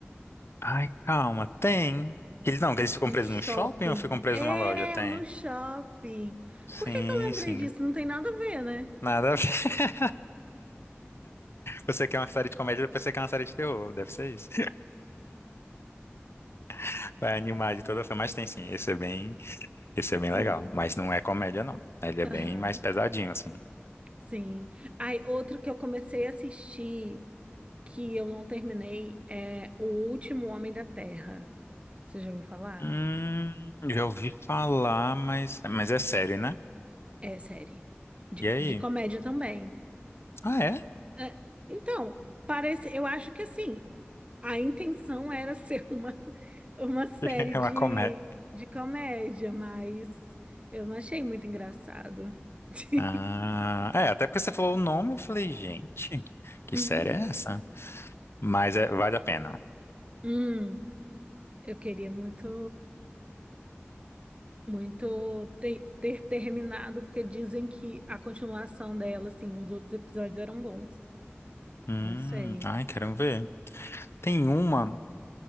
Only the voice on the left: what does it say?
Ai, calma, tem. Eles não, eles ficam
presos
no shopping ou ficam presos
numa loja? Tem.
Sim,
sim.
Nada a ver. <laughs> Você quer uma série de comédia, depois você quer uma série de terror. Deve ser isso. <laughs> Vai animar de toda forma. Mas tem sim. Esse é bem, esse é bem legal.
Mas não é comédia, não. Ele é bem
mais pesadinho, assim.
Hum, já ouvi falar, mas, mas é sério, né?
E aí?
Ah, é?
<laughs> É
uma comédia.
Ah, é, até porque você falou o nome, eu falei, gente, que
série é essa? Mas é, vale a pena.
Hum,
ai, quero ver. Tem uma,